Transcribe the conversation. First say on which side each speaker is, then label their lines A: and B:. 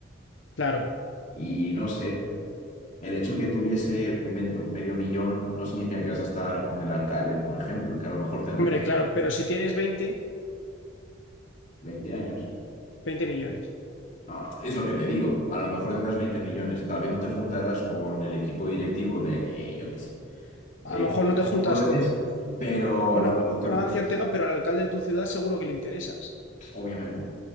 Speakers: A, on the left (about 65°); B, on the left (about 40°).
A: claro,
B: Y no sé, el hecho que tuviese, me invento, medio millón, no significa que vas a estar con el alcalde, por ejemplo, que a lo mejor tendrá
A: hombre, claro, pero si tienes veinte
B: 20 años.
A: veinte millones.
B: No, es lo que te digo, a lo mejor tendrás 20 millones, tal vez no te juntarás con el equipo directivo de, eh, yo qué sé de
A: A lo mejor no te juntas
B: Torres,
A: con,
B: pero
A: con,
B: a lo
A: Am-
B: mejor te
A: con
B: juntas,
A: Amancio Ortega,
B: con-
A: pero al alcalde de tu ciudad seguro que le interesas.
B: obviamente,